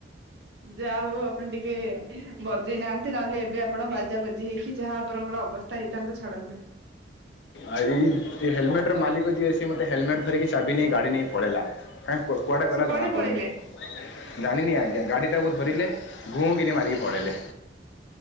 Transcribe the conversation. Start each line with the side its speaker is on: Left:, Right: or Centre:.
Right: ଯାହା ହଉ ଆପଣ ଟିକେ ବଜେଇ ନାହାନ୍ତି। ନହେଲେ ଏବେ ଆପଣ ବାଜା ବାଜି ହେଇ କି ଯାହା ଆପରଙ୍କର ଅବସ୍ଥା ହେଇଥାନ୍ତା। ଛାଡ଼ନ୍ତୁ।
Left: ଆ ଏଇ ହେଲମେଟ ର ମାଲିକ ଯିଏ ସିଏ ମତେ ହେଲମେଟ ଧରିକି ଚାବି ନେଇ ଗାଡି ନେଇ ପଳେଇଲା। କାଇଁ କୁଆ କୁଆଡେ ଗଲା
Right: ସେ
Left: ଜଣା ପଡ଼ୁନି।
Right: ପଳେଇଲେ
Left: ଜାଣିନି ଆଜ୍ଞା ଗାଡି ଟାକୁ ଧରିଲେ। ଘୁଁ କିିନି ମାରିକି ପଳେଇଲେ।